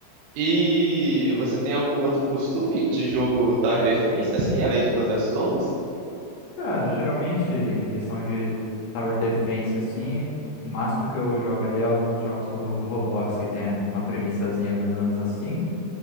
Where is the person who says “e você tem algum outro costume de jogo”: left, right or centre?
Right